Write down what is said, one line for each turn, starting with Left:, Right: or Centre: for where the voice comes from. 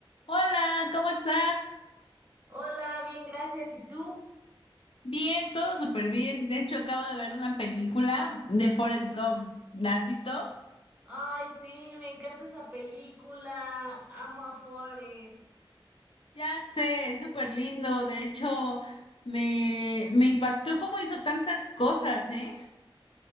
Left: Hola, ¿cómo estás?
Right: Hola, bien, gracias. ¿Y tú?
Left: Bien, todo súper bien. De hecho, acabo de ver una película de Forrest Gump. ¿La has visto?
Right: Ay, sí, me encanta esa película. Amo a Forrest.
Left: Ya sé, es súper lindo. De hecho, me, me impactó cómo hizo tantas cosas, ¿eh?